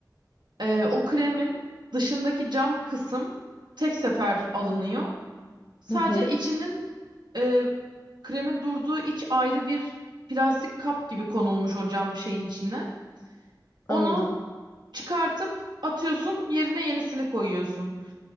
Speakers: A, on the right (about 80°); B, on the left (about 40°).
A: e, o kremin dışındaki cam kısım tek sefer alınıyor. Sadece
B: Hı hı,
A: içinin e, kremin durduğu iç ayrı bir plastik kap gibi konulmuş o cam şeyin içine.
B: anladım.
A: Onu çıkartıp atıyorsun, yerine yenisini koyuyorsun.